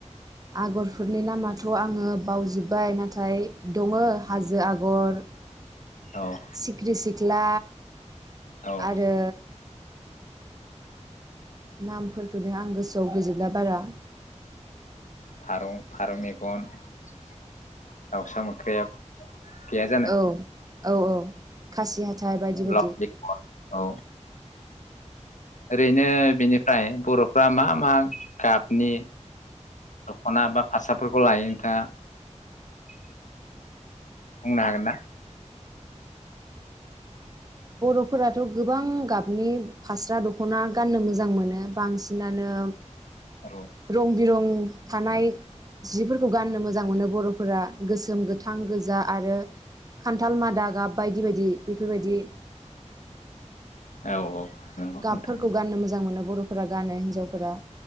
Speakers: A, on the right; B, on the left.
A: आगरफोरनि नामाथ' आङो बावजोब्बाय नाथाय दङ हाजो आगर
B: औ
A: सिखिरि सिख्ला
B: औ
A: आरो नामफोरखौनो आं गोसोआव गैजोबला बारा।
B: फारौ फारौ मेगन दाउसा मोख्रेब। <inaudible> जाना
A: औ औ औ खासि हाथाइ बायदि बायदि
B: लाव बेगर औ ओरैनो बेनिफ्राय बर'फ्रा मा मा गाबनि दख'ना बा फास्राफोरखौ लायो नोंथाङा बुंनो हागोन ना
A: बर'फोराथ' गोबां गाब आनि फास्रा दखना गाननो मोजां मोनो बांसिनानो
B: औ
A: रं बिरं थानाय जिफोरखौ गाननो मोजां मोनो बरफोरा गोसोम गोथां गोजा आरो खान्थाल मादा गाब बायदि बायदि बेफोरबायदि
B: औ औ नंगौ
A: गाबफोरखौ
B: नोंथां
A: गाननो मोजां मोनो बर फोरा गानो हिन्जावफोरा